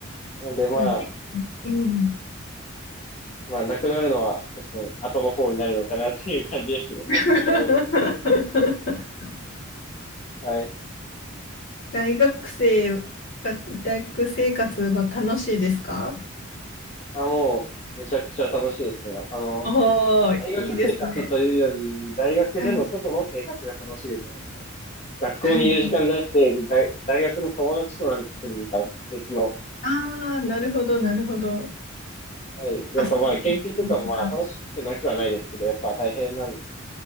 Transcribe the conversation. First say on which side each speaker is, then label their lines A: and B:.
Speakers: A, on the left (about 35°); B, on the left (about 60°).
A: なんでまあ、
B: まあ、けうん。
A: まあ、なくなるのは確かに後の方になるのかなっていう感じですね。もしなくなるとき。
B: <laughs>
A: はい。
B: 大学生が、大学生活は楽しいですか
A: あ、もう、めちゃくちゃ楽しいですね。あの、
B: おおー、
A: 大学生活というより、
B: いいですね。
A: 大学での外の生活が楽しいですね。
B: はい。
A: その、学校にいる時間じゃなくて、
B: はい
A: 大、大学の友達と何かする時間、別の。
B: ああ、なるほど、なるほど。
A: はい。やっぱまあ、
B: 遊びに行ったりとか。
A: 研究というかもまあ、楽しくなくはないですけど、やっぱ大変なので、